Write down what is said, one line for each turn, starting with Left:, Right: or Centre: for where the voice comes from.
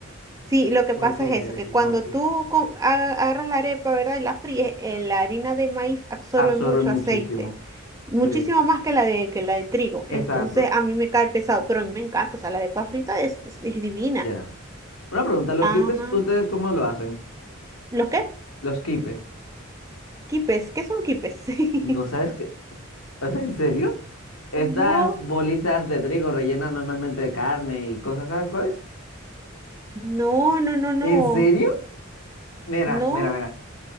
Right: Sí, lo que
Left: porque
Right: pasa es eso, que
Left: si
Right: cuando
Left: no,
Right: tú co- a- agarras la arepa, ¿verdad? Y la fríes, eh, la harina de maíz absorbe
Left: absorben
Right: mucho
Left: muchísimo.
Right: aceite, muchísimo
Left: Sí,
Right: más que la de, que la de trigo.
Left: exacto.
Right: Entonces a mí me cae pesado, pero a mí me encanta, o sea, la arepa frita es, es- es divina.
Left: Ya. Una pregunta, ¿los
Right: Ah,
Left: quipes, ustedes cómo lo hacen?
Right: ¿los qué?
Left: Los quipes,
Right: Quipes, ¿qué son quipes? <laughs>
Left: ¿no sabes qué? O sea, ¿en serio? Estas
Right: No,
Left: bolitas de trigo rellenas normalmente de carne y cosas, ¿sabes cuáles?
Right: no, no, no, no,
Left: ¿En serio? Mira,
Right: no.
Left: mira, mira.